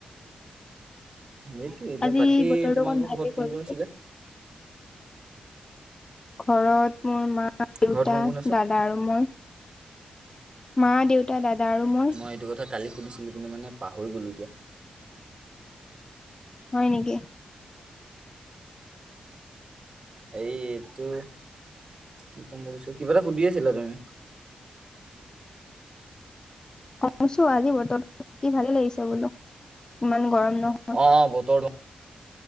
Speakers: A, on the right (about 40°); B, on the left (about 30°).
A: এইটোৱে, এতিয়া
B: আজি
A: বাকী
B: বতৰটো
A: তোমালোকৰ
B: অকণ ভালে
A: ঘৰত
B: কৰিছে।
A: কোন, কোন আছিলে?
B: ঘৰত মোৰ মা, দেউতা,
A: ঘৰত কোন কোন আছে
B: দাদা আৰু মই। মা, দেউতা, দাদা আৰু মই।
A: সেইটো কথা কালি সুধছিলোঁ কিন্তু, মানে পাহৰি গ'লো এতিয়া।
B: হয়, নেকি।
A: এই, এইটো কি ক'ম বুলিছোঁ, কিবা এটা সুধি আছিলা তুমি।
B: অছো, আজি বতৰ কি ভালেই লাগিছে বোলো ইমান গৰম নহয়।
A: অ', অ', বতৰটো